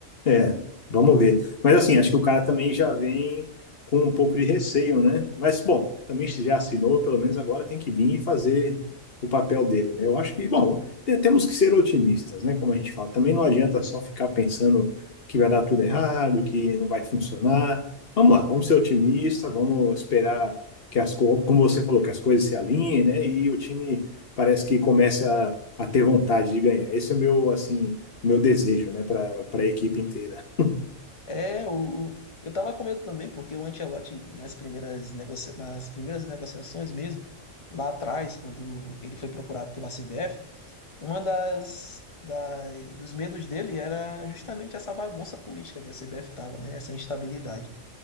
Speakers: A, on the left; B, on the left.
A: É, vamos ver. Mas assim, acho que o cara também já vem com um pouco de receio, né? Mas, bom, também se já assinou, pelo menos agora tem que vir e fazer o papel dele, né? Eu acho que, bom, te- temos que ser otimistas, né? Como a gente fala. Também não adianta só ficar pensando que vai dar tudo errado, que não vai funcionar. Vamos lá, vamos ser otimistas, vamos esperar que as coisas, como você falou, que as coisas se alinhem, né? E o time parece que começa a, a ter vontade de ganhar. Esse é o meu, assim o meu desejo, né, para a equipe inteira.
B: É, o, eu tava com medo também, porque o Ancelotti, nas primeiras, negocia, nas primeiras negociações mesmo, lá atrás, quando ele foi procurado pela CBF, uma das, da- dos medos dele era justamente essa bagunça política que a CBF tava, né? Essa instabilidade.